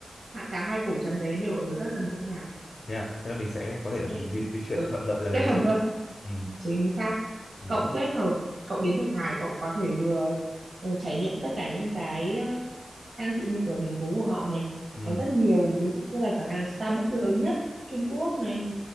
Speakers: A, on the right; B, on the left.
A: Hai cả hai cổ trấn đấy đều ở rất gần Thượng Hải
B: thế à thế là mình sẽ có thể là
A: nên
B: mình di, di chuyển
A: ừ,
B: thuận lợi ra đây
A: kết
B: đúng
A: hợp
B: không
A: luôn
B: ừ
A: chính xác
B: ừ
A: cậu kết hợp cậu đến Thượng Hải cậu có thể vừa ừ, trải nghiệm tất cả những cái ờ, sang xịn mịn của thành phố của họ này
B: ừ
A: có rất nhiều ví dụ như là cửa hàng Starbucks lớn nhất Trung Quốc này